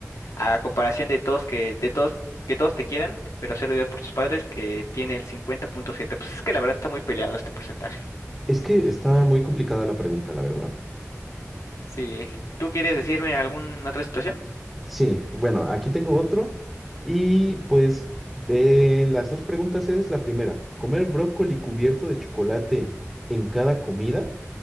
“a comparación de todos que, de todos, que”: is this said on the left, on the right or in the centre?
Left